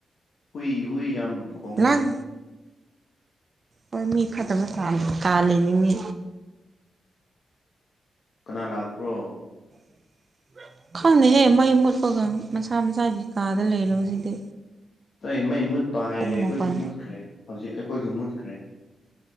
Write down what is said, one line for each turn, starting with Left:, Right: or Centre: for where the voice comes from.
Left: ꯍꯨꯏ ꯍꯨꯏ ꯌꯥꯝ ꯈꯣꯡꯉꯦ
Right: ꯂꯥꯡ ꯍꯣꯏ ꯃꯤ ꯐꯠꯇꯕ ꯇꯥꯜ ꯇꯥꯜꯂꯤꯅꯤ ꯃꯤ
Left: ꯀꯅꯥ ꯂꯥꯛꯄ꯭ꯔꯣ
Right: <inaudible> ꯈꯪꯗꯦꯍꯦ ꯃꯩ ꯃꯨꯠꯄꯒ ꯃꯁꯥ ꯃꯁꯥꯒꯤ ꯀꯥꯗ ꯂꯩꯔꯦ ꯍꯧꯖꯤꯛꯇꯤ
Left: ꯅꯣꯏ ꯃꯩ ꯃꯨꯠꯄ ꯍꯥꯏꯔꯦ
Right: ꯄꯨꯡ
Left: ꯑꯈꯣꯏꯖꯨ
Right: ꯃꯥꯄꯜ
Left: ꯃꯨꯠꯈ꯭ꯔꯦ ꯍꯧꯖꯤꯛ ꯑꯈꯣꯏꯖꯨ ꯃꯨꯠꯈ꯭ꯔꯦ